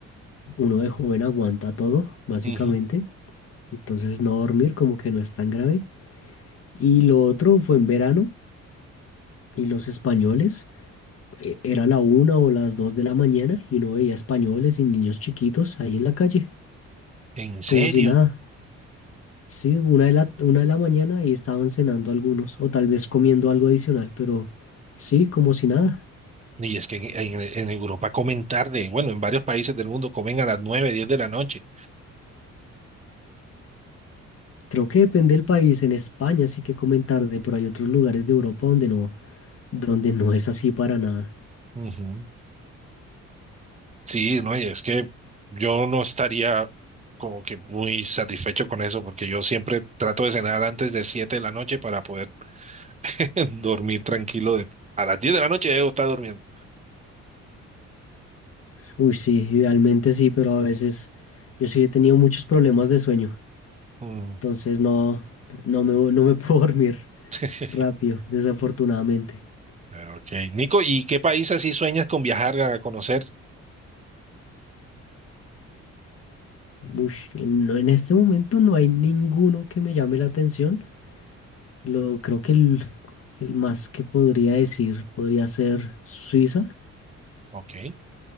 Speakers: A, on the left; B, on the right.
A: uno de joven aguanta todo, básicamente,
B: Ujú.
A: entonces no dormir como que no es tan grave. Y lo otro fue en verano y los españoles. eh, era la una o las dos de la mañana y uno veía españoles y niños chiquitos ahí en la calle,
B: ¿En serio?
A: como si nada. Sí, una de la, una de la mañana y estaban cenando algunos, o tal vez comiendo algo adicional, pero sí, como si nada.
B: Y es que en, en- en Europa comen tarde. Bueno, en varios países del mundo comen a las 9, 10 de la noche.
A: Creo que depende del país. En España sí que comen tarde, pero hay otros lugares de Europa donde no, donde no es así para nada.
B: Ujú. Sí, no, y es que yo no estaría como que muy satisfecho con eso, porque yo siempre trato de cenar antes de 7 de la noche para poder <laughs> dormir tranquilo. de- a las 10 de la noche ya debo estar durmiendo.
A: Uy, sí, idealmente sí, pero a veces yo sí he tenido muchos problemas de sueño,
B: Mm.
A: entonces no, no me, no me puedo <laughs> dormir
B: <laughs>
A: rápido, desafortunadamente.
B: Ah, Ok, Nico, ¿y qué país así sueñas con viajar a conocer?
A: Ush, en- no, en este momento no hay ninguno que me llame la atención. Lo, creo que el, el más que podría decir podría ser Suiza.
B: Ok,